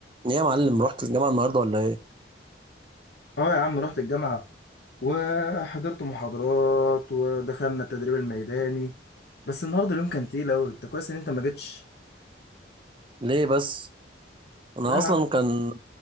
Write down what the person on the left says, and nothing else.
اه يا عم رحت الجامعة وحضرت محاضرات ودخلنا التدريب الميداني بس النهارده اليوم كان تقيل أوي انت كويس ان انت ما جيتش
لا يا
عم